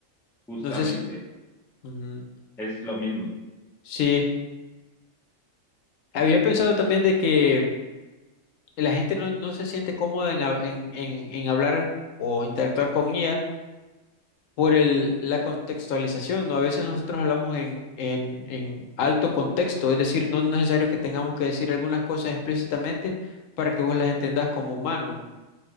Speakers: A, in the centre; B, on the left.
A: justamente.
B: No sé si... ujú.
A: Es lo mismo.
B: Sí, había pensado también de que la gente no, no se siente cómoda en, hab- en, en, en hablar o interactuar con ella por el, la contextualización, ¿no? A veces nosotros hablamos en, en, en alto contexto, es decir, no es necesario que tengamos que decir algunas cosas explícitamente para que vos las entendás como humano.